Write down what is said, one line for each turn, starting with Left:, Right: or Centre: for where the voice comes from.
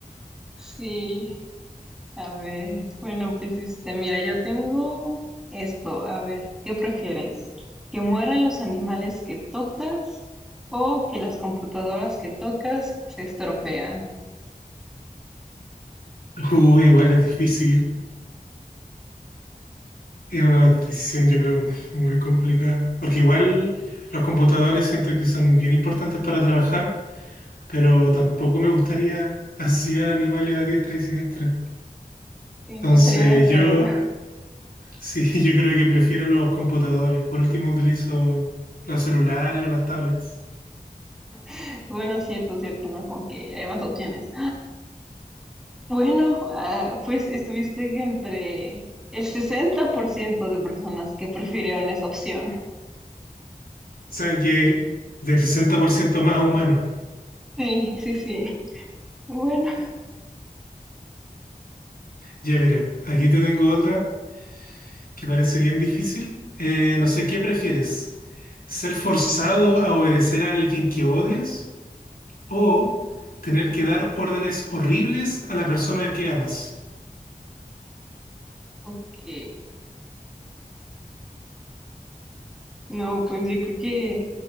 Centre: sí. A ver, bueno, pues este, mira, yo tengo esto. A ver, ¿qué prefieres? ¿Que mueran los animales que tocas o que las computadoras que tocas se estropean?
Left: <laughs> Uy, igual es difícil. Es una decisión, yo creo, muy, muy complicada. Porque igual los computadores siento que son bien importantes para trabajar, pero tampoco me gustaría <laughs> asesinar animales a diestra y siniestra.
Centre: Sí,
Left: Entonces,
Centre: no estaría
Left: yo
Centre: feo.
Left: sí, <laughs> yo creo que prefiero los computadores. Por último, utilizo los celulares o las tablets.
Centre: <laughs> Bueno, cierto, cierto, ¿no? Como que hay más opciones. Bueno, ah, pues estuviste entre el 60% de personas que prefirieron esa opción.
Left: O sea que del 60% más humano.
Centre: Sí, sí, sí. Bueno,
Left: Ya verá, aquí te tengo otra. que parece bien difícil. Eh, no sé, ¿qué prefieres? ¿Ser forzado a obedecer a alguien que odias o tener que dar órdenes horribles a la persona que amas?
Centre: ok. No, pues yo creo que,